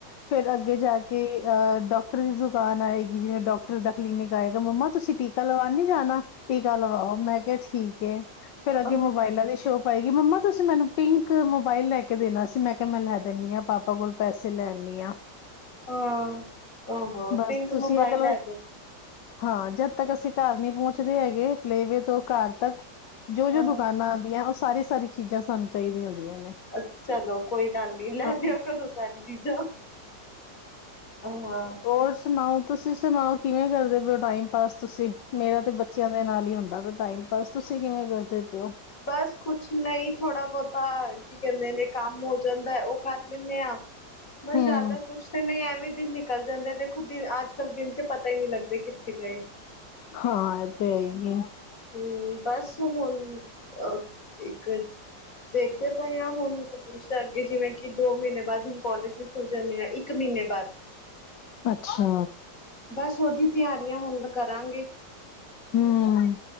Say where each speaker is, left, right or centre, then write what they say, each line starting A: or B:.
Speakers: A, on the left; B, on the left.
A: ਫੇਰ ਅੱਗੇ ਜਾ ਕੇ ਅਹ ਡਾਕਟਰ ਦੀ ਦੁਕਾਨ ਆਏਗੀ, ਜਿਵੇਂ ਡਾਕਟਰ ਦਾ ਕਲੀਨਿਕ ਆਏਗਾ ਮੰਮਾ ਤੁਸੀਂ ਟੀਕਾ ਲਵਾਨਾ। ਨੀ ਜਾਣਾ ਟੀਕਾ ਲਵਾਓ, ਮੈਂ ਕਿਹਾ ਠੀਕ ਹੈ ਫੇਰ
B: ਹਾਂ
A: ਅੱਗੇ ਮੋਬਾਇਲਾਂ ਦੀ ਸ਼ੋਪ ਪਏਗੀ ਮੰਮਾ ਤੁਸੀਂ ਮੈਨੂੰ ਪਿੰਕ ਮੋਬਾਇਲ ਲੈ ਕੇ ਦੇਣਾ ਸੀ, ਮੈਂ ਕਿਹਾ ਮੈਂ ਲੈ ਦਿੰਦੀ ਹਾਂ ਪਾਪਾ ਕੋਲ। ਪੈਸੇ ਲੈਆਨਿਆ ਆ।
B: ਹਾਂ, ਔ-ਹੋ
A: ਬਸ
B: ਪਿੰਕ
A: ਤੁਸੀਂ
B: ਮੋਬਾਈਲ
A: ਇਹ ਗੱਲ
B: ਲੈਦੋ।
A: ਹਾਂ, ਜਦ ਤੱਕ ਅਸੀਂ ਘਰ ਨਹੀਂ ਪਹੁੰਚਦੇ ਹੈਗੇ ਪਲੇਵੇ ਤੋਂ ਘਰ ਤੱਕ ਜੋ-ਜੋ
B: ਹਾਂ
A: ਦੁਕਾਨਾਂ ਆਉਂਦੀਆਂ ਉਹ ਸਾਰੀ- ਸਾਰੀ ਚੀਜ਼ਾਂ ਸਾਨੂੰ ਚਾਹੀਦੀਆਂ ਹੁੰਦੀਆਂ ਨੇ।
B: ਅਛਾ, ਚਲੋ ਕੋਈ ਗੱਲ ਨੀ ਲੈ
A: ਹਮ
B: ਦਿਆ ਕਰੋਂ ਸਾਰੀ ਚੀਜ਼ਾਂ। ਹਾਂ।
A: ਹੋਰ ਸੁਣਾਓ ਤੁਸੀਂ ਸੁਣਾਓ ਕਿਵੇਂ ਕਰਦੇ ਪਏਹੋ ਟਾਈਮ ਪਾਸ ਤੁਸੀਂ, ਮੇਰਾ ਤੇ ਬੱਚਿਆਂ ਦੇ ਨਾਲ ਹੁੰਦਾ ਵੀ ਟਾਈਮ ਪਾਸ ਤੁਸੀਂ ਕਿਵੇਂ ਕਰਦੇ ਪਿਏ ਹੋ?
B: ਬਸ ਕੁਛ ਨਹੀਂ ਥੋੜਾ ਬਹੁਤਾ ਕੀ ਕਹਿੰਦੇ ਨੇ ਕੰਮ ਹੋ ਜਾਂਦਾ ਉਹ ਕਰ ਲੈਂਦੇ ਆ। ਬਸ
A: ਹਮ
B: ਜ਼ਿਆਦਾ ਕੁਛ ਤਾਂ ਨਹੀਂ ਐਵੇਂ ਦਿਨ ਨਿਕਲ ਜਾਂਦਾ ਦੇਖੋ ਦਿ ਅੱਜ-ਕੱਲ੍ਹ ਦਿਨ ਤੇ ਪਤਾ ਹੀ ਨਹੀਂ ਲੱਗਦੇ ਕਿੱਥੇ ਗਏ?
A: ਹਾਂ, ਇਹ ਤੇ ਹੈ ਹੀ ਹੈ।
B: ਹੂੰ, ਬਸ ਹੁਣ ਅ ਇੱਕ ਦੇਖਦੇ ਪਏ ਹਾਂ ਹੁਣ, ਅੱਗੇ ਜਿਵੇਂ ਕਿ ਦੋ ਮਹੀਨੇ ਬਾਅਦ ਹੁਣ ਕਾਲਜ ਵੀ ਖੁ ਖੁੱਲ ਜਾਣੇ ਆ ਇੱਕ ਮਹੀਨੇ ਬਾਅਦ।
A: ਅੱਛਾ।
B: ਬਸ ਉਹਦੀ ਤਿਆਰੀਆਂ ਹੁਣ ਕਰਾਂਗੇ।
A: ਹੂੰ।